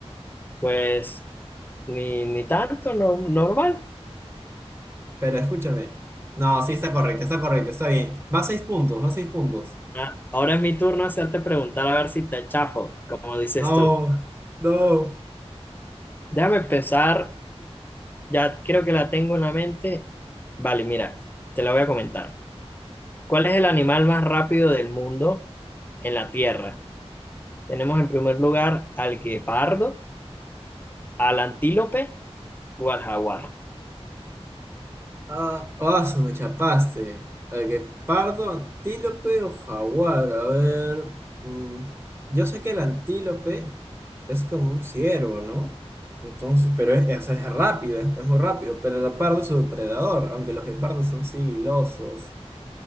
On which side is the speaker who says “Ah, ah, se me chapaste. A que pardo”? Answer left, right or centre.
Right